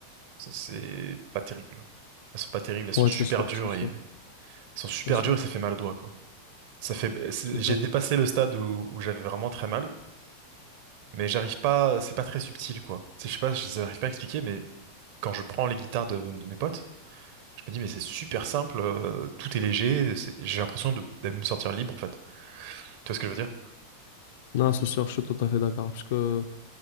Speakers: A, on the right (about 50°); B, on the left (about 55°).
A: Ça, C'est pas terrible. Elles sont pas terribles, elles sont
B: Ouais,
A: super
B: c'est sûr,
A: dures
B: c'est sûr,
A: et elles sont super
B: c'est sûr,
A: dures et ça fait mal au doigt quoi. Ça fait c'est-
B: c'est
A: j'ai
B: sûr.
A: dépassé le stade où, où j'avais vraiment très mal, mais j'arrive pas, c'est pas très subtil quoi. C'est- Je sais pas, je n'arrive pas à expliquer mais quand je prends les guitares de, de mes potes, je me dis mais c'est super simple, euh, tout est léger, c'est- j'ai l'impression de, de me sentir libre en fait. Tu vois ce que je veux dire?
B: Non, c'est sûr, je suis tout à fait d'accord. Parce que